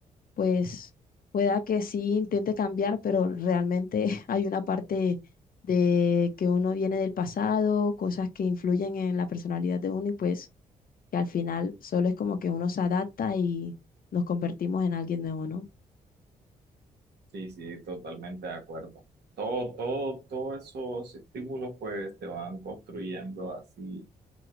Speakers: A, on the left (about 55°); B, on the right (about 70°).
A: pues pueda que sí intente cambiar, pero realmente <laughs> hay una parte de que uno viene del pasado, cosas que influyen en la personalidad de uno y pues que al final solo es como que uno se adapta y nos convertimos en alguien nuevo, ¿no?
B: Sí, sí, totalmente de acuerdo. Todo, todo, todos esos estímulos pues te van construyendo así,